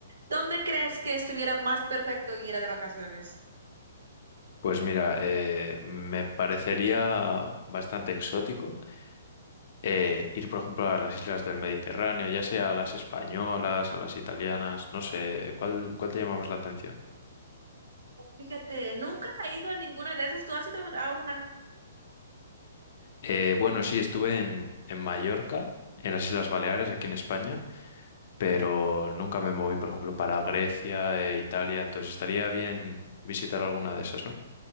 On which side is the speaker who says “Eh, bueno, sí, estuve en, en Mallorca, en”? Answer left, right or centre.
Left